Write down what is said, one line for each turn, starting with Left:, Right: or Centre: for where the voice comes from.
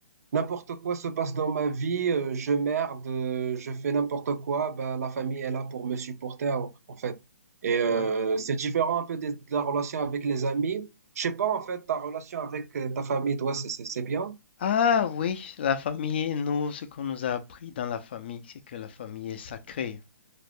Right: N'importe quoi se passe dans ma vie, euh, je merde, euh, je fais n'importe quoi, ben, la famille est là pour me supporter en en fait. Et euh,
Left: ouais.
Right: c'est différent un peu des- de, la relation avec les amis. Je sais pas en fait, ta relation avec euh, ta famille, toi, c'est c'est c'est bien?
Left: Ah oui, la famille, nous, ce qu'on nous a appris dans la famille, c'est que la famille est sacrée.